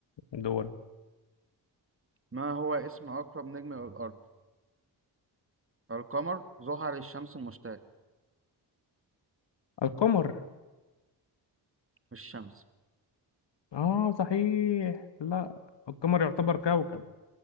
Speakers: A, on the left (about 65°); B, on the right (about 30°).
A: دورة
B: ما هو اسم أقرب نجم إلى الأرض القمر زحل الشمس المشتري
A: القمر
B: مش الشمس
A: اه صحيح لا القمر يعتبر كوكب